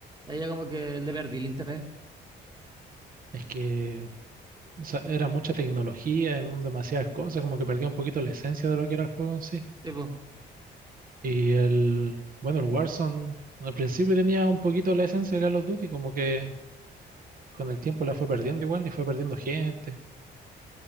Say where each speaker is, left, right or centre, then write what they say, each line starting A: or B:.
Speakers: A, on the right; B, on the right.
A: ahí ya como que le perdí el interés.
B: Es que o sea, era mucha tecnología, em, demasiadas cosas, como que perdía un poquito la esencia de lo que era el juego en sí.
A: Sí, pues.
B: Y el, bueno, el Warzone al principio tenía un poquito la esencia de Call of Duty, como que con el tiempo la fue perdiendo igual y fue perdiendo gente.